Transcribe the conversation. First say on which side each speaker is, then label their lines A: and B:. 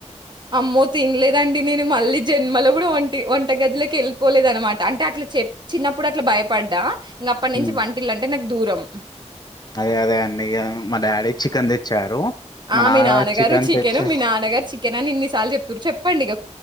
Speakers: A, on the right (about 40°); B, on the left (about 35°).
A: అమ్మోద తినలేదండి నేను మళ్ళీ జన్మలో కూడా ఒంటి వంట గదిలోకి వెళ్ళిపోలేదు అనమాట అంటే అట్లా చె చిన్నప్పుడు అట్లా భయపడ్డా ఇంక అప్పటి నుంచి
B: ఉమ్
A: వంటిలు అంటే నాకు దూరం
B: అదే అదే అండి ఇగ మా డాడీ చికెన్ తెచ్చారు మా
A: ఆ
B: నాన్న
A: మీ నాన్నగారు
B: చికెన్
A: చికెను
B: తెచ్చి
A: మీ నాన్నగారు చికెన్ అని ఇన్ని చెప్పారు చెప్పండి ఇక